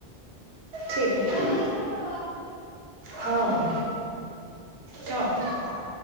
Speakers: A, on the right (about 70°); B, on the left (about 80°).
A: ठीक आहे
B: हा यास नंबरवर,
A: हो
B: ठीक
A: हो
B: आहे.
A: ठेवा मग.
B: हाव.